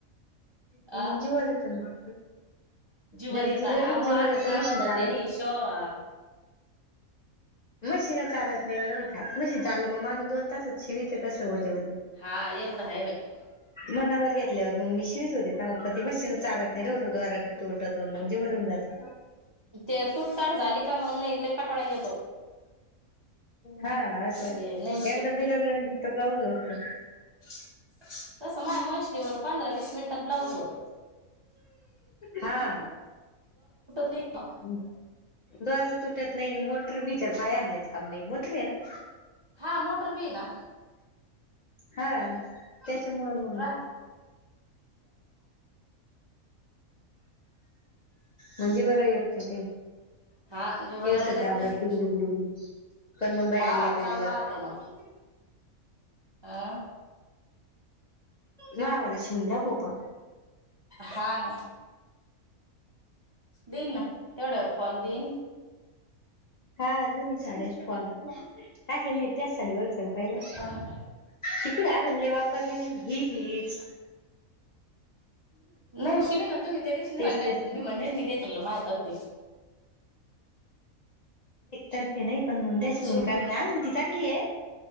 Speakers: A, on the left; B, on the right.
A: पण
B: आ
A: मग जीवर येत ना
B: जीवर
A: घरच
B: येता
A: जरी
B: ना अहो
A: जीवर
B: अजून
A: येत
B: काम
A: मशीन
B: धंदे
A: चालत
B: नाही शिवावा
A: मशीन चालत नाही एवढं काास मशीन चाललं मग माण दोन तासात शिवित कसं वजेव
B: हा एवढा आहे बाई
A: मनावर घेतल्यावर मग मी शिवीच होते म मशशी चचाार निरर दवारा करतोठ तो म्हणजे वरून जात
B: ते तुटताट झाली का मग नाही लय कटाळा येतो
A: हा असं
B: मग
A: आहे
B: ते नाही
A: एकदा बी लागलं तर ब्लाउजत
B: तस माझ्या मशनीवर पंधरा वीस मिनिटात ब्लाउज होत
A: हा
B: नाही
A: द्वारा तुटत नाही मोटर बी च पाया हलेच काम नाही मोठ रे ना
B: हा म मोटर बना
A: हा त्याच्या मुळ मुळ
B: राहते
A: म्हणजे बर येत नाही काही
B: हा जीवर
A: केव शब्द
B: येत
A: आवलं
B: नाही
A: डुड डुड पण मग बाई
B: हा
A: आलीयता
B: चालू
A: जीवर
B: राहत मग अं,
A: ना मझ शिवून द्या पो पण
B: हा ना दिल ना तेवढं फौल दीन
A: हा दोन्ही साड्या फॉल कााकी नाही त्याच साडीवरर सग पाहिले
B: हा ना
A: तिकडे आहे ले वापरली नाही ही हीच
B: नाही शिवे ना तुम्ही त्या दिवशी नाही
A: तेचतेच
B: म्हणल्यात पण मी म्हणले मी देत म्हणलं माझ्यातर्फे
A: तरे नाही पण मग त्या्याश होन
B: शिव
A: कारण अजून ती चांगली आहे